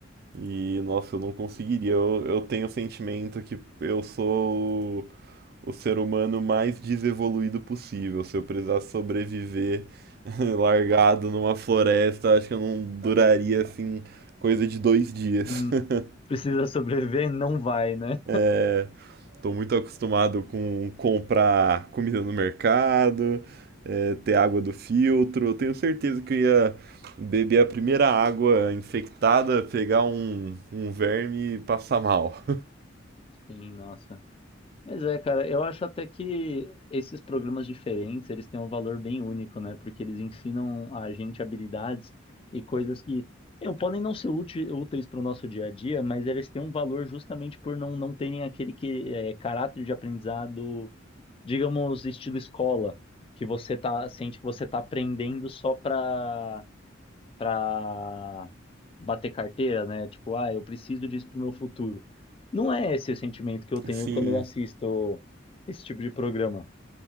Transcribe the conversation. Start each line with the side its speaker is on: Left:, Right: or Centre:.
Right: E, nossa, eu não conseguiria. Eu, eu tenho o sentimento que eu sou o, o ser humano mais desevoluído possível. Se eu precisasse sobreviver <laughs> largado numa floresta, acho que eu não duraria assim coisa de dois dias.
Left: Uhum.
Right: <laughs>
Left: precisa sobreviver, não vai, né?
Right: É, Tô muito acostumado com comprar comida no mercado, é, ter água do filtro. Eu tenho certeza que eu ia beber a primeira água infectada, pegar um, um verme e passar mal.
Left: Sim, nossa. Mas é, cara, eu acho até que esses programas diferentes, eles têm um valor bem único, né? Porque eles ensinam a gente habilidades e coisas que eu, podem não ser úti- úteis para o nosso dia a dia, mas eles têm um valor justamente por não, não terem aquele que, é, caráter de aprendizado, digamos, estilo escola, que você tá, sente que você tá aprendendo só para para bater carteira, né? Tipo, ah, eu preciso disso pro meu futuro. Não é esse o sentimento que eu tenho
Right: <laughs> Assim,
Left: quando eu assisto esse tipo de programa.